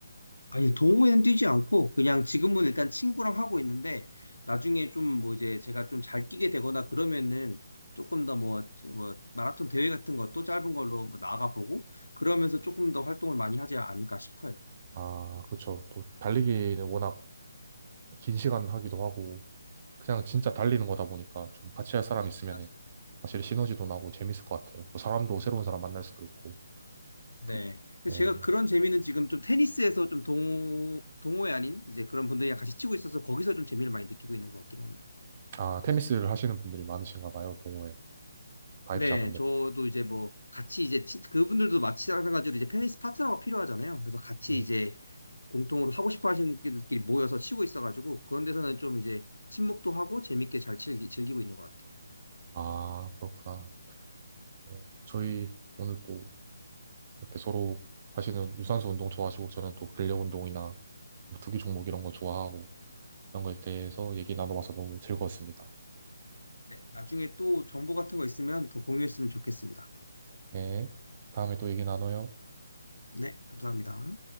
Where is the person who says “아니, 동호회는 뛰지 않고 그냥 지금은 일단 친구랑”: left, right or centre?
Left